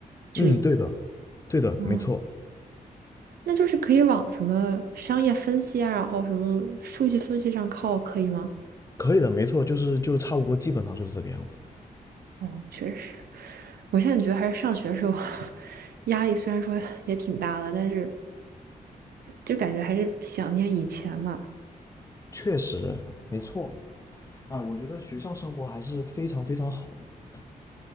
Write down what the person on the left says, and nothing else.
嗯，对的，对的，
没错，
可以的，没错，就是就差不多，基本上就是这个样子。
确实，没错。啊，我觉得学校生活还是非常非常好的。